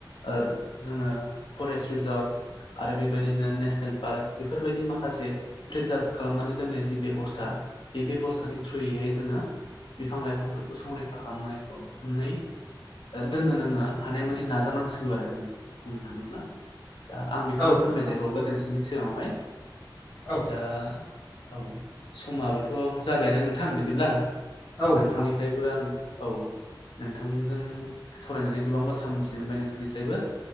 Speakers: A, on the left (about 75°); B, on the left (about 35°).
A: ओ जोङो फरेस्ट रिजार्भ आरो बेबायदिनो नेशनेल पार्क बेफोरबायदि माखासे प्रिजार्भ खालामनानै दोननाय जि बेबस्था बे बेब'स्थानि थ्रुयैहाय जोङो बिफां-लाइफांफोरखौ संरैखा खालामनायखौ नै ओ दोननो नोङो हानायमानि नाजानांसिगौ आरो बुंनो थाङोब्ला दा आं बेखोनो
B: औ
A: फोरमायदेरबावगोन
B: नोंथां
A: नोंथांनि सिगाङावहाय
B: औ
A: दा औ समाबोथ' जाबायानो नोंथां बिदिब्ला
B: औ नोंथां
A: नोंथांनिफ्रायबो आं औ नोंथांजों सावरायनानै गोबां बाथ्रा मिनथिनो मोनबाय नोंथांनिफ्रायबो